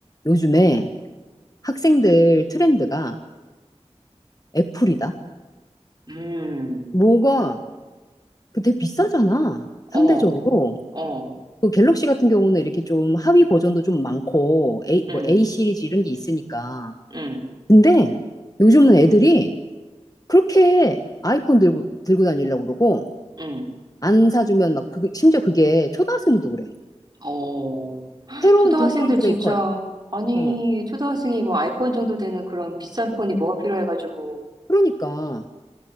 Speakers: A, on the left; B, on the right.
A: 요즘에 학생들 트렌드가 애플이다.
B: 음,
A: 뭐가 그 되게 비싸잖아.
B: 어,
A: 상대적으로.
B: 어,
A: 그 갤럭시 같은 경우는 이렇게 좀 하위 버전도 좀 많고 A,
B: 응,
A: 뭐 A 시리즈 이런 게 있으니까.
B: 응,
A: 근데 요즘은 애들이 그렇게 아이폰 들고 들고 다니려고 그러고
B: 응,
A: 안 사주면 막 그, 심지어 그게 초등학생들도 그래.
B: 어.
A: 새로운
B: 초등학생들
A: 등골 브레이커야.
B: 진짜, 아니,
A: 어.
B: 초등학생이 뭐 아이폰 정도 되는 그런 비싼 폰이 뭐가 필요해가지고,
A: 그러니까.